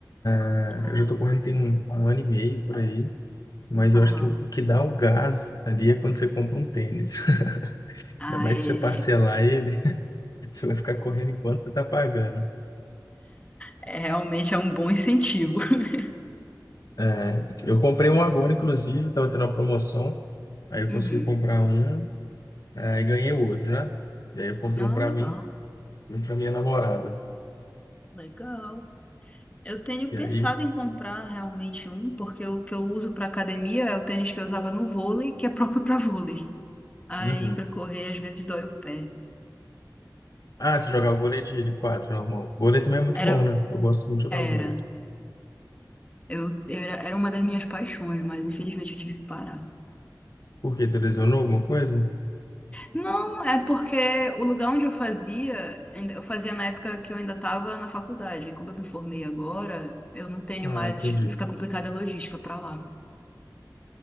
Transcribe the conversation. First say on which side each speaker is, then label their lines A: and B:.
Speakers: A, on the left; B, on the left.
A: É,
B: Ah,
A: Eu já tô correndo tem um, um ano e meio por aí, mas
B: aham.
A: eu acho que o, o que dá o gás ali é quando você compra um tênis. <laughs>
B: Ah,
A: Ainda mais
B: é,
A: se você parcelar
B: é.
A: ele, <laughs> você vai ficar correndo enquanto você tá pagando.
B: É, Realmente é um bom incentivo. <laughs>
A: É, eu comprei um agora, inclusive, tava tendo uma promoção. Aí eu
B: Uhum.
A: consegui comprar um Aí ganhei outro, né? E aí eu comprei
B: Ah,
A: um pra
B: legal,
A: mim e um pra minha namorada.
B: legal. Eu tenho
A: E
B: pensado
A: aí.
B: em comprar realmente um, porque o que eu uso para academia é o tênis que eu usava no vôlei, que é próprio para vôlei. Aí
A: Uhum.
B: pra correr às vezes dói o pé.
A: Ah, você jogava vôlei de, de quadra, normal. Vôlei também é muito
B: Era,
A: bom, né? Eu gosto muito de jogar
B: era.
A: vôlei.
B: Eu era, era uma das minhas paixões, mas infelizmente eu tive que parar.
A: Por quê? Você lesionou alguma coisa?
B: Não, é porque o lugar onde eu fazia, ainda- eu fazia na época que eu ainda estava na faculdade. E Como eu me formei agora, eu não tenho
A: Ah,
B: mais,
A: entendi.
B: fica complicada a logística pra lá.